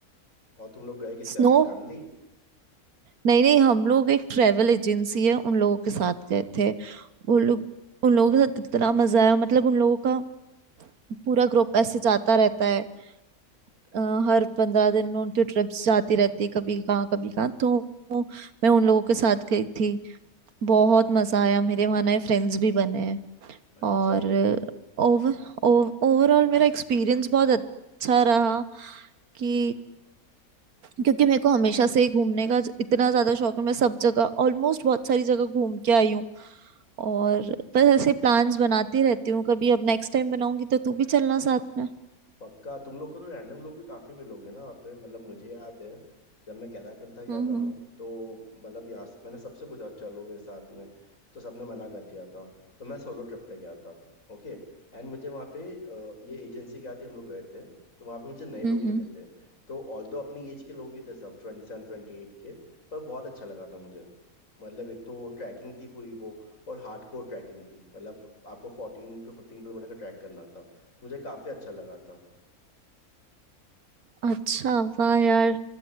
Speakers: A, on the left; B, on the right.
A: और तुम लोग गए किसके
B: स्नो
A: साथ फैमिली
B: नहीं नहीं हम लोग एक ट्रेवल एजेंसी है उन लोगों के साथ गए थे वो लोग उन लोगों के साथ इतना मजा आया मतलब उन लोगों का पूरा ग्रुप ऐसे जाता रहता है अ, हर पंद्रह दिन में उनकी ट्रिप्स जाती रहती कभी कहाँ कभी कहाँ तो मैं उन लोगों के साथ गई थी बहुत मजा आया मेरे वहाँ नए फ्रेंड्स भी बने हैं
A: अच्छा
B: और
A: ये तो
B: ओवर ओवरऑल मेरा एक्सपीरियंस बहुत अच्छा रहा कि क्योंकि मेरे को हमेशा से ही घूमने का ज- इतना ज्यादा शौक है मैं सब जगह ऑलमोस्ट बहुत सारी जगह घूम के आई हूँ और बस ऐसे प्लान्स बनाती रहती हूँ कभी अब नेक्स्ट टाइम बनाऊंगी तो तू भी चलना साथ में
A: पक्का तुम लोग को तो रैंडम लोग भी काफी मिलोगे ना वहाँ पे मतलब मुझे याद है जब मैं केदारकंठा गया
B: हम्म
A: था ना
B: हम्म
A: तो मतलब यहाँ से- मैंने सबसे पूछा चलो मेरे साथ में तो सबने मना कर दिया था तो मैं सोलो ट्रिप पे गया था ओके एंड मुझे वहाँ पे अ, ये एजेंसी क्या थी हम लोग गए थे तो वहाँ पे मुझे नए
B: हम्म
A: लोग मिले
B: हम्म।
A: थे तो ऑल्दो अपनी एज के लोग ही थे सब ट्वेंटी सेवन ट्वेंटी एट के पर बहुत अच्छा लगा था मुझे मतलब एक तो ट्रैकिंग थी पूरी वो और हार्डकोर ट्रैकिंग थी मतलब आपको फोर्टीन टू फिफ्टीन किलोमीटर का ट्रैक करना था तो मुझे काफी अच्छा लगा था
B: अच्छा वाह यार
A: हम्म